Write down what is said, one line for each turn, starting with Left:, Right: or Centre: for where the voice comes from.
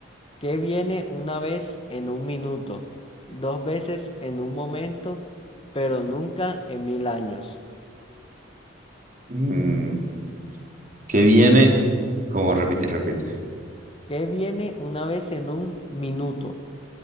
Left: Qué viene una vez en un minuto, dos veces en un momento, pero nunca en mil años?
Right: Mm, ¿Qué viene? Como repite, y repite.
Left: Qué viene una vez en un minuto,